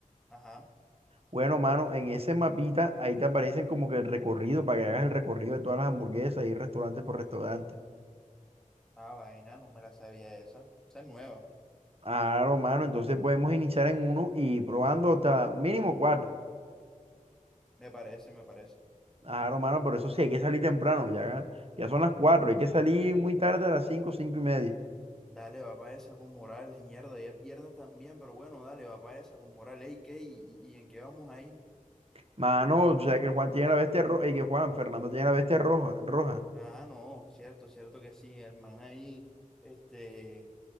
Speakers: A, in the centre; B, on the right.
A: Ajá,
B: Bueno, mano, en ese mapita ahí te aparecen como que el recorrido para que hagas el recorrido de todas las hamburguesas y restaurante por restaurante.
A: ah, vaina, no me la sabía esa. Esa es nueva,
B: Aro, mano, entonces podemos iniciar en uno y probando hasta mínimo cuatro.
A: me parece, me parece.
B: Aro, mano, pero eso sí, hay que salir temprano, ya, ya son las cuatro, hay que salir muy tarde a las cinco, cinco y media.
A: Dale, va para esa con moral, ñerda, ya es viernes también, pero bueno, dale, va para esa con moral, ey, ¿qué? ¿Y, y y en qué vamos ahí?
B: Mano, o sea que el Juan tiene la bestia roja, y que Juan, Fernando tiene la bestia roja, roja.
A: Ah, no, cierto, cierto que sí. El man ahí, este,